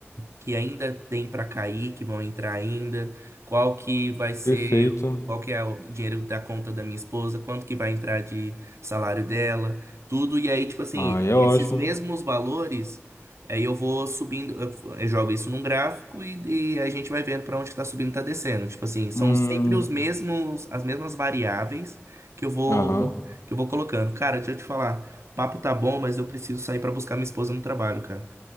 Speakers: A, on the right; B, on the left.
A: que ainda tem para cair, que vão entrar ainda? Qual que vai ser,
B: Perfeito.
A: qual que é o dinheiro da conta da minha esposa? Quanto que vai entrar de salário dela? Tudo. E aí, tipo assim,
B: Ah, é
A: esses
B: ótimo.
A: mesmos valores, aí eu vou subindo, eu f- eu jogo isso num gráfico e, e a gente vai vendo para onde está subindo, está descendo. Tipo assim, são
B: Hum,
A: sempre os mesmos, as mesmas variáveis que eu vou,
B: aham.
A: que eu vou colocando. Cara, deixa eu te falar. Papo tá bom, mas eu preciso sair pra buscar minha esposa no trabalho, cara.